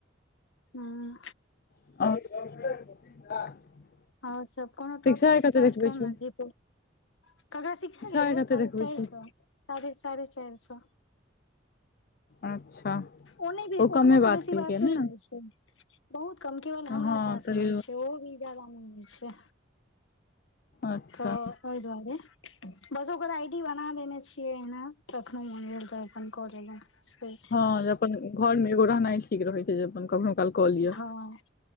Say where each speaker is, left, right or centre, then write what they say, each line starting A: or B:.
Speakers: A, on the left; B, on the left.
A: हूं।
B: <unintelligible>
A: आओर सब कोनो टॉपिक
B: शिक्षा आइ कते
A: स्टार्ट
B: देखबै
A: कर
B: छौ
A: न गे तु। कगरा शिक्षा गे
B: आइ कते
A: साढ़े
B: देखबै
A: चारि
B: छौ
A: सऽ साढ़े साढ़े चारि सऽ।
B: अच्छा।
A: ओ नहि गे ओकरासँ
B: कमे
A: बेसी
B: केलकै
A: बात नहि
B: ने
A: होइ छै। बहुत कम केवल हमरा
B: हँ
A: टा सऽ
B: तऽ
A: होइ छै ओ भी। ज्यदा नइ होइ छै,
B: अच्छा
A: तऽ ओहि दुआरे। बस ओकर आई डी बना देने छियै ओहिना, कखनो मन भेल तऽ अपन कऽ लेलौं। <unintelligible>
B: हँ जे अपन घर में एगो रहनाइ ठीक रहे छै, जे अपन कखनो- काल कऽ लियअ।
A: हँ